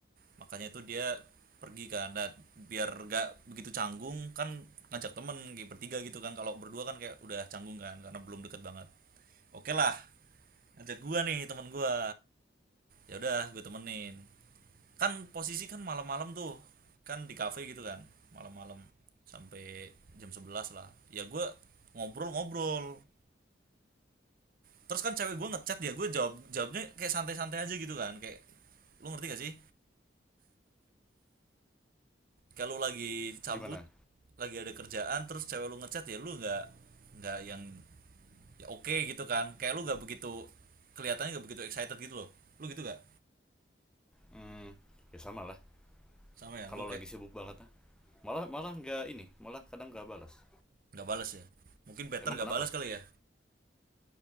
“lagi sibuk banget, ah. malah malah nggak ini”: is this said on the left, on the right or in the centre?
Centre